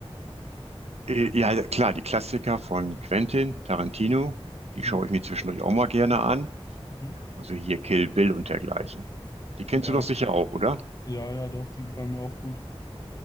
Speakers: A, on the right; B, on the left.
A: äh, ja, klar, die Klassiker von Quentin Tarantino,
B: Mhm.
A: die schaue ich mir zwischendurch auch mal gerne an.
B: Mhm.
A: Also hier Kill Bill und dergleichen. Die kennst
B: Ja,
A: du doch sicher auch, oder?
B: ja, ja, doch, die gefallen mir auch gut.